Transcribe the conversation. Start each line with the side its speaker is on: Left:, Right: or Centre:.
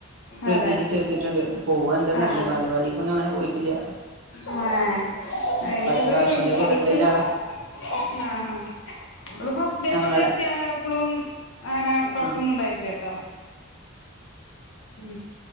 Right: ഇപ്പൊ
Left: അതെ
Right: എൽ കെ ജി യിൽ ചേർത്തിട്ടുണ്ട് പോവോ എന്തോ
Left: ആ
Right: അറീല്ല ബാലവാടിക്കൊന്നും അങ്ങനെ പോയിട്ടില്ല
Left: ആഹ് ഏഹ്
Right: കുറച്ച്
Left: ഇത്
Right: വാശിയുള്ള കൂട്ടത്തിലുള്ള
Left: ഇവൾക്ക് ഫസ്റ്റ്
Right: ആളാ
Left: ആഹ് ആഹ് ഓള് ഫസ്റ്റ് ഡേ
Right: ഞങ്ങളെ
Left: കൊണ്ടെയിരുത്തിയപ്പളും അങ്ങനെ കൊഴപ്പൊന്നും
Right: ആ
Left: ഇണ്ടായിട്ടില്ല ട്ടാ ഉം